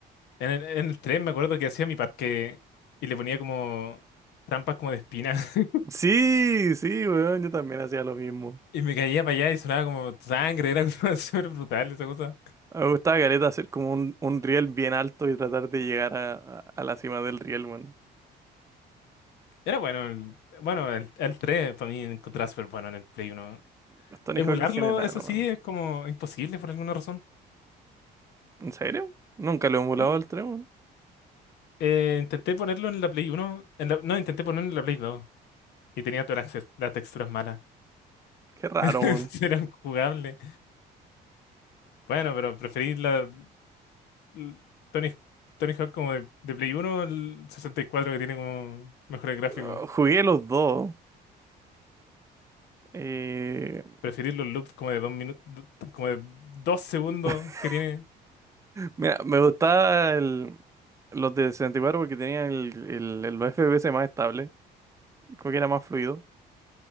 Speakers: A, on the left; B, on the right.
A: En el, en el 3 me acuerdo que hacía mi parque y le ponía como trampas como de espina. <laughs>
B: Sí, sí, weón. Yo también hacía lo mismo.
A: Y me caía para allá y sonaba como sangre, era como <laughs> súper brutal esa cosa.
B: Me gustaba caleta hacer como un, un riel bien alto y tratar de llegar a, a- a la cima del riel, weón.
A: Era bueno, el- bueno, el, el 3 para mí encontraba súper bueno en el Play uno
B: Los Tony
A: Emularlo,
B: Hawk en general,
A: eso sí,
B: weón.
A: es como imposible por alguna razón.
B: ¿En serio? Nunca lo he emulado
A: Sí.
B: el 3, weón.
A: Eh, intenté ponerlo en la Play uno en la- no, intenté ponerlo en la Play dos y tenía todas las, las texturas malas.
B: Qué raro,
A: <laughs>
B: weón.
A: era jugables. Bueno, pero preferí la l- Tony, Tony Hawk como de, de Play 1, el sesenta y cuatro que tiene como mejores gráficos.
B: Ah, Jugué los dos. eh,
A: Preferir los loops como de dos minutos, como de dos segundos
B: <laughs>
A: que tiene.
B: Mira, me gustaba el- los de 64 porque tenían el, el- el- los FPS más estables, como que era más fluido.